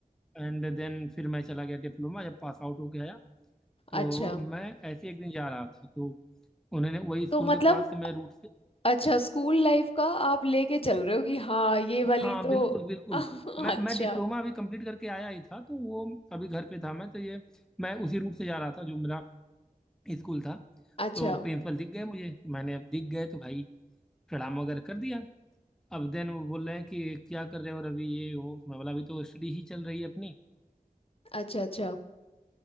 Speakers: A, in the centre; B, on the left.
A: एंड देन फिर मैं चला गया डिप्लोमा जब पास आउट होके आया तो
B: अच्छा
A: मैं ऐसे एक दिन जा रहा था तो उन्होंने वही
B: तो
A: स्कूल
B: मतलब
A: के पास से मैं रूट से
B: अच्छा स्कूल लाइफ का आप लेके चल रहे हो कि हाँ ये वाली
A: हाँ
B: तो
A: बिल्कुल बिल्कुल
B: <laughs>
A: मैं
B: अच्छा
A: मैं डिप्लोमा अभी कंप्लीट करके आया ही था तो वो अभी घर पे था मैं तो ये मैं उसी रूट से जा रहा था जो मेरा स्कूल था
B: अच्छा
A: तो प्रिंसिपल दिख गए मुझे मैंने अब दिख गए तो भाई प्रणाम वगैरह कर दिया अब देन वो बोल रहे हैं कि क्या कर रहे हो और अभी ये वो मैं बोला अभी तो स्टडी ही चल रही है अपनी
B: अच्छा अच्छा